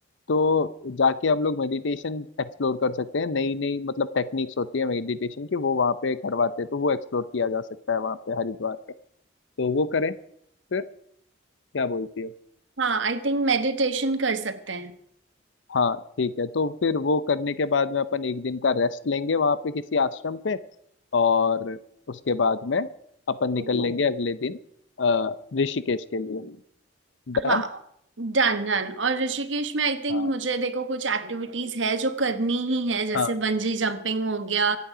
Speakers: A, on the left (about 75°); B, on the right (about 80°).
A: तो जाके हम लोग मेडिटेशन एक्सप्लोर कर सकते हैं नई नई मतलब टेक्निक्स होती है मेडिटेशन की वो वहाँ पे करवाते हैं तो वो एक्सप्लोर किया जा सकता है वहाँ पे हरिद्वार पे तो वो करें फिर क्या बोलती हो
B: हाँ आई थिंक मेडिटेशन कर सकते हैं
A: हाँ ठीक है तो फिर वो करने के बाद में अपन एक दिन का रेस्ट लेंगे वहाँ पे किसी आश्रम पे और उसके बाद में अपन निकल
B: हम्म।
A: लेंगे अगले दिन अ, ऋषिकेश के लिए डन
B: हाँ डन डन और ऋषिकेश में आई थिंक
A: हाँ
B: मुझे देखो कुछ एक्टिविटीज है जो करनी ही है जैसे
A: हाँ
B: बंजी जंपिंग हो गया